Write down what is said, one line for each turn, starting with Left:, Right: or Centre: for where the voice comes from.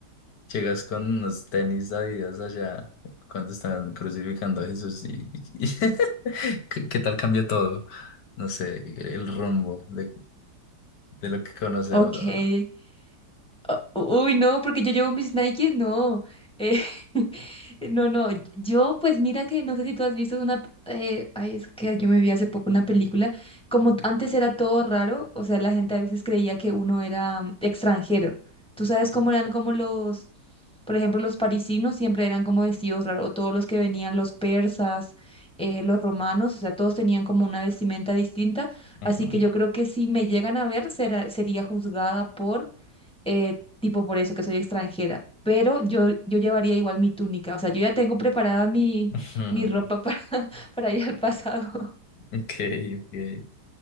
Left: Llegas con unos tenis Adidas allá cuando están crucificando a Jesús y, y- <laughs> ¿qué, qué tal cambia todo? No sé, el rumbo de, de lo que conocemos.
Centre: ok.
Left: ahora.
Centre: Ah, Uy, no, porque yo llevo mis Nikes, no. Eh, <laughs> no, no, yo pues mira que no sé si tú has visto una, eh, ay, es que yo me vi hace poco una película, como antes era todo raro, o sea, la gente a veces creía que uno era mm, extranjero. Tú sabes cómo eran como los, por ejemplo, los parisinos siempre eran como vestidos raros, o todos los que venían, los persas, eh, los romanos, o sea, todos tenían como una vestimenta distinta,
Left: Ajá.
Centre: así que yo creo que si me llegan a ver, será, sería juzgada por... eh, tipo por eso que soy extranjera, pero yo, yo llevaría igual mi túnica, o sea, yo ya tengo preparada mi,
Left: Ujú.
Centre: mi ropa
Left: <laughs>
Centre: para, <laughs> para ir al pasado, <laughs>
Left: Ok, ok.